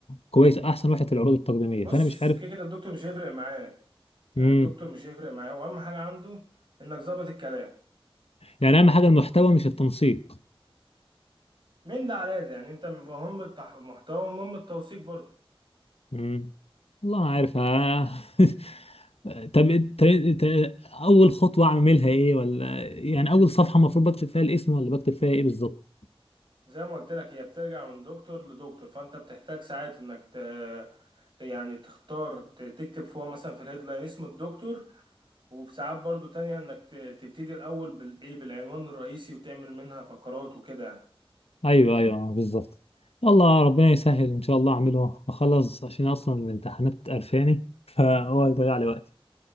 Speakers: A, on the left (about 80°); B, on the right (about 55°).
A: كويس احسن واحد في العروض التقديميه
B: بص
A: فانا مش عارف
B: كده كده الدكتور مش هيفرق معاه يعني
A: امم
B: الدكتور مش هيفرق معاه واهم حاجة عنده انك ظابط الكلام
A: يعني اهم حاجه المحتوى مش التنسيق
B: من ده على ده يعني انت مهم التح- المحتوى ومهم التوثيق برضه
A: مم. والله ما عارف ها <laughs> طب ت- ت- اول خطوه اعملها ايه ولا يعني اول صفحه المفروض بكتب فيها الاسم ولا بكتب فيها ايه بالظبط
B: زي ما قلت لك هي بترجع من دكتور لدكتور فانت بتحتاج ساعات انك ت... يعني تختار ت- تكتب فوق مثلا في الهيدلاين اسم الدكتور وفي ساعات برضو تانية انك ت... تبتدي الاول بالايه بالعنوان الرئيسي وتعمل منها فقرات وكده يعني.
A: ايوه ايوه بالظبط الله ربنا يسهل ان شاء الله اعمله اخلص عشان اصلا الامتحانات قرفاني فهو هيضيع لي وقتي